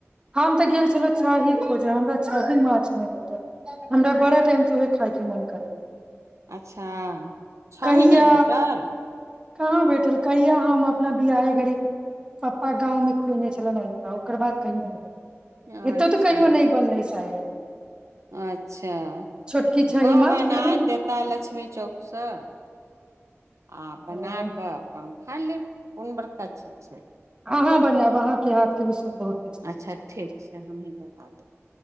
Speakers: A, on the right; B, on the right.
A: हम तऽ गेल छलहुँ छाही खोजा हमरा छाही माछ नहि भेटल हमरा बड़ा टाइम से उ खायके मोन कर
B: अच्छा छही
A: कहिया
B: नहि भेटल
A: कहाँ भेठल कहिया हम अपना बिियाहे घड़ी पप्पा गाँंवमे खुएने छल ओकर बाद कहियौ ने
B: अच्छा
A: एतऽ तऽ कहियो नय बनलै सायद
B: अच्छा
A: छोटकी छही
B: कहबैन
A: माछ कहियो
B: आनि
A: नहि
B: देता लक्ष्मी चौक सँ आपना
A: ओ
B: कऽ अपन खा लेब कोन बड़का चीज छै
A: अहाँ बनायब अहाँके हाथके विश्वमे बहुत टेस्टी
B: अच्छा
A: छै
B: ठीक हमही बना देब